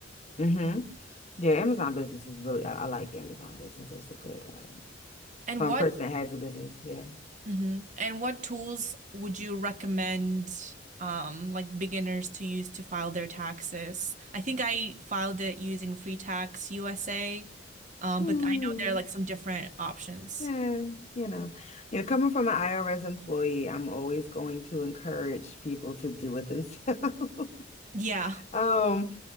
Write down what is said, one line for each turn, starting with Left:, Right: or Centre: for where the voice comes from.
Left: hmm Yeah, Amazon Business is really I, I like Amazon Business. That's a good uh,
Right: And
Left: fun
Right: what,
Left: person that has a business. Yeah.
Right: hmm And what tools would you recommend, um, like beginners to use to file their taxes? I think I filed it using Free Tax USA, um,
Left: Hmm.
Right: but I know there are like some different options.
Left: Yeah, you know, you know, coming from an IRS employee, I'm always going to encourage people to do it themselves. <laughs>
Right: Yeah.
Left: Um,